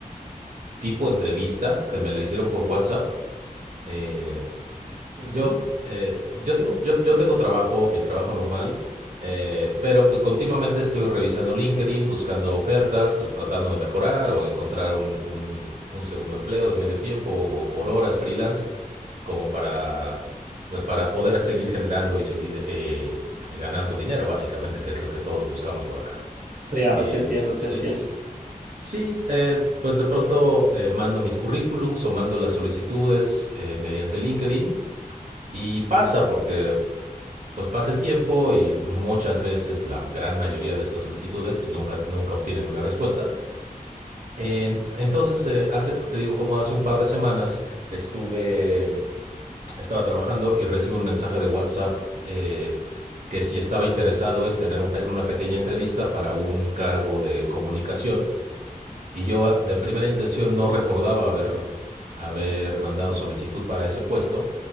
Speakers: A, on the right (about 55°); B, on the right (about 75°).
A: tipo entrevista que me la hicieron por WhatsApp. Eh,
B: Ujú,
A: yo, eh, yo, tengo, yo, yo tengo trabajo, mi trabajo normal, eh, pero pues, continuamente estoy revisando LinkedIn, buscando ofertas, pues tratando de mejorar o encontrar un, un- un segundo empleo de medio tiempo o por horas freelance, como para, pues, para poder seguir generando y seguir eh, ganando dinero, básicamente, que es lo que todos buscamos por acá.
B: Claro,
A: Eh,
B: te entiendo,
A: Entonces,
B: te entiendo.
A: Sí, eh, pues de pronto eh, mando mis currículums o mando las solicitudes eh, mediante LinkedIn y pasa porque pues pasa el tiempo y muchas veces la gran mayoría de estas solicitudes pues nunca, nunca obtienen una respuesta. Eh, entonces, eh, hace, te digo, como hace un par de semanas estuve, estaba trabajando y recibo un mensaje de WhatsApp eh, que si estaba interesado en tener un pe- una pequeña entrevista para un cargo de comunicación y yo de primera intención no recordaba haber, haber mandado solicitud para ese puesto,